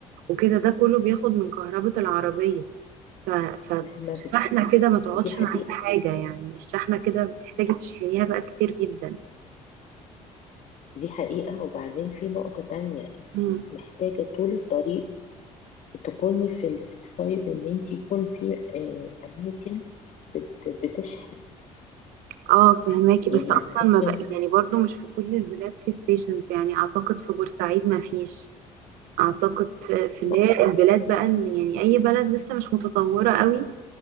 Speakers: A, on the right; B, on the left.
A: وكده ده كله بياخد من كهربة العربية ف... ف-
B: مهما بت...
A: فالشحنة كده ما تقعدش
B: دي حقيقة
A: معاكي حاجة يعني الشحنة كده بتحتاجي تشحنيها بقى كتير جدا
B: دي حقيقة وبعدين في نقطة تانية انت
A: مم.
B: محتاجة طول الطريق تكوني في السيف سايد ان انت يكون في آه، اماكن بت- بتشحن
A: اه فهماكي
B: يعني
A: بس اصلا
B: انت ممكن
A: ما بقى يعني برضو مش في كل البلاد في ستيشنز يعني اعتقد في بورسعيد ما فيش اعتقد في في
B: لا
A: اللي هي البلاد بقى اللي يعني اي بلد لسه مش متطوره قوي